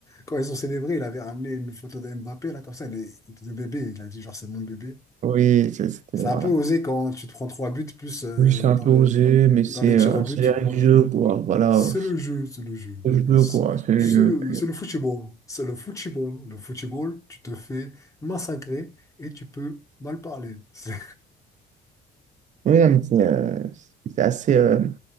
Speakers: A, on the left (about 20°); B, on the right (about 45°).
A: Quand ils ont célébré, il avait ramené une photo de Mbappé, là, comme ça, le, de bébé. Il a dit, genre, c'est mon bébé.
B: Oui, c'est- c'était,
A: C'est un
B: voilà.
A: peu osé quand tu te prends trois buts, plus euh,
B: Oui, c'est
A: dans,
B: un peu
A: le-
B: osé, mais c'est
A: dans les tirs
B: euh,
A: au but,
B: c'est
A: tu
B: les règles
A: te manges.
B: du jeu, quoi. Voilà,
A: C'est le jeu, c'est le jeu.
B: c'est le jeu,
A: C'est
B: quoi. C'est le
A: c'est
B: jeu.
A: le,
B: Puis,
A: c'est
B: euh,
A: le football. C'est le football. Le football, tu te fais massacrer et tu peux mal parler. <laughs> C'est-
B: Oui, non, mais c'est euh, c'est assez. euh,